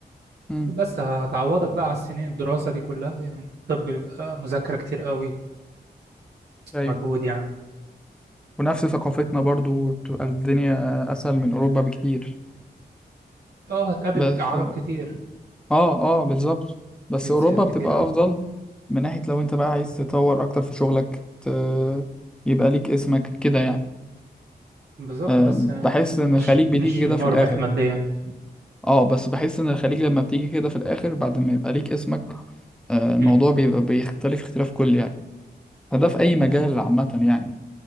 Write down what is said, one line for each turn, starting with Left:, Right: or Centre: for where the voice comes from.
Centre: امم
Right: بس هتعوضك بقى على السنين الدراسة دي كلها يعني الطب بيبقى مذاكرة كتير قوي
Centre: ايوه
Right: مجهود يعني
Centre: ونفس ثقافتنا برضو بتبقى الدنيا اسهل من اوروبا بكتير
Right: اه هتقابل
Centre: بس
Right: عرب كتير
Centre: اه اه بالظبط بس
Right: جنسيات
Centre: اوروبا
Right: كتير
Centre: بتبقى
Right: قوي
Centre: افضل من ناحية لو انت بقى عايز تطور اكتر في شغلك ت... يبقى ليك اسمك كده يعني
Right: بالظبط
Centre: آه
Right: بس آه،
Centre: بحس
Right: مش
Centre: ان الخليج بتيجي
Right: مش
Centre: كده
Right: مربح
Centre: في الاخر
Right: ماديا
Centre: اه بس بحس ان الخليج لما بتيجي كده في الاخر بعد ما يبقى ليك اسمك آه الموضوع
Right: مم.
Centre: بيبقى بيختلف اختلاف كلي يعني فده في اي مجال عامة يعني